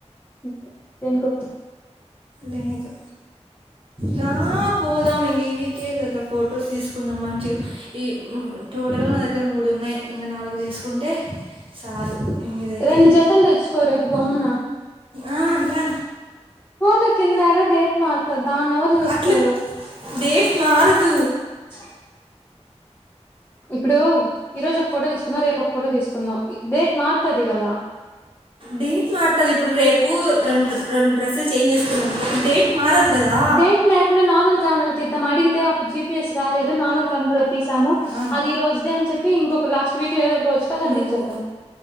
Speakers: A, on the left (about 15°); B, on the right (about 50°).
A: <unintelligible>
B: లేదు రా పోదాం ఇంగ ఈవీకే గదా ఫొటోస్ తీసుకుందాం మంచిగా ఈ టోటల్గా నా దగ్గర మూడు ఉన్నాయి ఇంకా నాలుగు తీసుకుంటే చాలు ఎనిమిది అవుతాయి
A: రెండు జతం తెచ్చుకో రేపు గొమ్మున
B: ఆ, రా.
A: ఫోట కింద యాడో డేట్ మార్తా దాన్ని ఎవరు చూస్తారు
B: అట్లా డేట్ మారదు
A: చె ఇప్పుడు ఈ రోజు ఒక ఫోటో తీసుకున్నాం రేపు ఒక ఫోటో తీసుకున్నాం డేట్ మారుతది కదా
B: డేట్ మారుతుంది ఇప్పుడు రేపు రెండు రెండు డ్రెస్సులు చేంజ్ చేస్తుకుందిను కాటి డేట్ మారదు కదా
A: డేట్ లేకపోయిన నార్మల్ కమెరాల తిదాము అడిగితే అప్పుడు జిపిఎస్ రాలేదు నార్మల్ కమెరా తీసాము
B: ఆ,
A: అది ఈ రోజుదే అని చెప్పి ఇంకొక లాస్ట్ వీక్ లో ఏదో ఒక రోజు కి అది అంటిచేదం
B: నువ్వు